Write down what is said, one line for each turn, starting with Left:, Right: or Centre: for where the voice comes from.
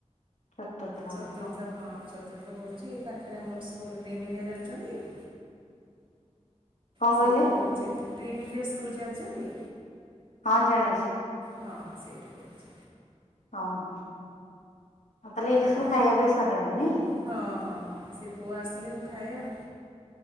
Left: ଚତୁର୍ଥ
Right: ଚତୁର୍ଥ
Left: ହଁ କଣ
Right: ହଁ ଚତୁର୍ଥ। କ ପଢୁଛି ଏ ପାଖରେ ଆମର ସ୍କୁଲ ଡ୍ରିମ ଇଣ୍ଡିଆ ଜାଣିଛନ୍ତି? ସେଇଠି
Left: କହିଲେ?
Right: ପଢୁଛି ଡ୍ରିମ୍ ଇଣ୍ଡିଆ ସ୍କୁଲ ଜାଣିଛନ୍ତି?
Left: ହଁ ଜାଣିଛି
Right: ହଁ ସେଇଠି ପଢ଼ୁଛି।
Left: ହଁ ହଁ। ହଉ ତାହେଲେ ଏଇଲେ
Right: ଆଉ
Left: ସବୁ ଖାଇବା ପିଇବା ସରିଲାଣି ନାଇଁ କି?
Right: ହଁ ହଁ ହଁ ସେ ପୁଅ ଆସିଲେ ମୁଁ ଖାଏ ଆଉ